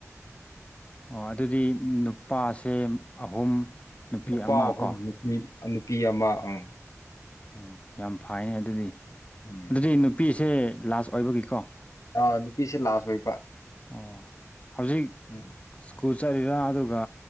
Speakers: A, on the left; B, on the left.
A: ꯑꯣ ꯑꯗꯨꯗꯤ ꯅꯨꯄꯥꯁꯦ ꯑꯍꯨꯝ ꯅꯨꯄꯤ
B: ꯅꯨꯄꯥ
A: ꯑꯃ
B: ꯑꯍꯨꯝ
A: ꯀꯣ
B: ꯅꯨꯄꯤ ꯅꯨꯄꯤ ꯑꯃ ꯎꯝ
A: ꯑꯣ ꯌꯥꯝ ꯐꯩꯅꯦ ꯑꯗꯨꯗꯤ
B: ꯎꯝ
A: ꯑꯗꯨꯗꯤ ꯅꯨꯄꯤꯁꯦ ꯂꯥꯁ ꯑꯣꯏꯕꯒꯤꯀꯣ
B: ꯑꯥ ꯅꯨꯄꯤꯁꯦ ꯂꯥꯁ ꯑꯣꯏꯕ
A: ꯑꯣ ꯍꯧꯖꯤꯛ
B: ꯎꯝ
A: ꯁ꯭ꯀꯨꯜ ꯆꯠꯂꯤꯔꯥ ꯑꯗꯨꯒ